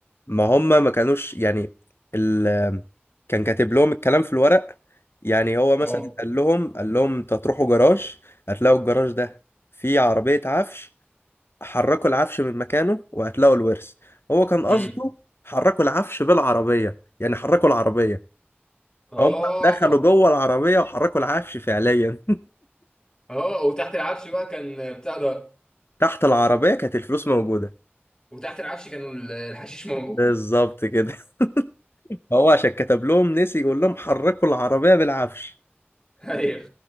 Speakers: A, on the left; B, on the left.
A: ما هم ما كانوش يعني ال... كان كاتب لهم الكلام في الورق يعني هو مثلا
B: اه
A: قال لهم قال لهم انتوا هتروحوا جراج هتلاقوا الجراج ده فيه عربية عفش حركوا العفش من مكانه وهتلاقوا الورث هو كان قصده
B: امم
A: حركوا العفش بالعربية يعني حركوا العربية
B: اه
A: هم دخلوا جوه العربية وحركوا العفش فعليا
B: اه وتحت العفش بقى كان بتاع ده
A: <laughs> تحت العربية كانت الفلوس موجودة
B: وتحت العفش كان ال- الحشيش موجود
A: بالظبط كده <laughs> هو عشان كتب لهم نسي يقول لهم حركوا العربية بالعفش
B: <laughs> ايوه